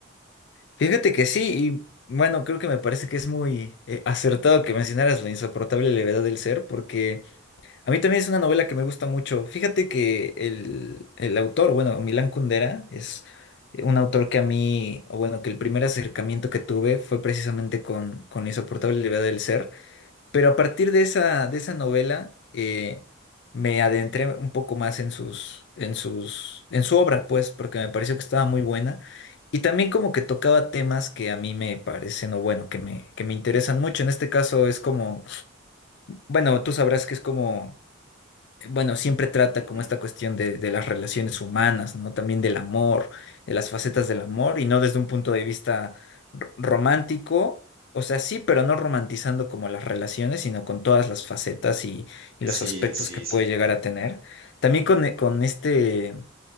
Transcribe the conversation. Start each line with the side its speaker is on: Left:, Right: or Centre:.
Left: Fíjate que sí, y bueno, creo que me parece que es muy eh, acertado que mencionaras la insoportable levedad del ser, porque a mí también es una novela que me gusta mucho. Fíjate que el, el autor, bueno, Milán Kundera, es eh, un autor que a mí, o bueno, que el primer acercamiento que tuve fue precisamente con, con la insoportable levedad del ser. Pero a partir de esa, de esa novela, eh, me adentré un poco más en sus, en sus, en su obra, pues, porque me pareció que estaba muy buena. Y también como que tocaba temas que a mí me parecen, o bueno, que me, que me interesan mucho. En este caso es como, bueno, tú sabrás que es como bueno, siempre trata
Right: Ujú.
Left: como esta cuestión de, de las relaciones humanas, ¿no? También del amor, de las facetas del amor, y no desde un punto de vista r- romántico, o sea, sí, pero no romantizando como las relaciones, sino con todas las facetas y, y
Right: Sí,
Left: los aspectos
Right: sí,
Left: que puede
Right: sí,
Left: llegar a tener. También con, e- con este,